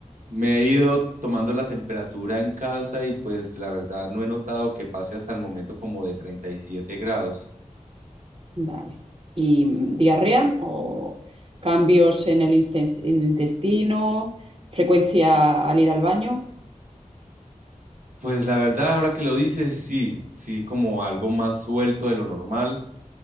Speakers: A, on the right; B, on the right.
A: Me he ido tomando la temperatura en casa y pues la verdad no he notado que pase hasta el momento como de 37 grados.
B: Vale. ¿Y mm, diarrea o cambios en el insten- en el intestino? ¿Frecuencia al ir al baño?
A: Pues la verdad, ahora que lo dices, sí, sí, como algo más suelto de lo normal,